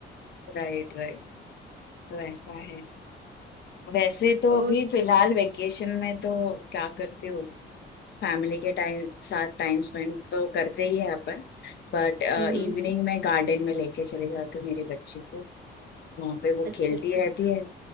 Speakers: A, on the left; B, on the right.
A: राइट राइट वैसा है वैसे तो
B: और
A: अभी फिलहाल वेकेशन में तो क्या करती हूँ फैमिली के टाइम साथ टाइम स्पेंड तो करते ही है अपन बट
B: हम्म
A: इवनिंग
B: हम्म, हम्म।
A: में गार्डन में लेके चले जाती हूँ मेरी बच्ची को वहां पे वो
B: अच्छा
A: खेलती
B: अच्छा
A: रहती है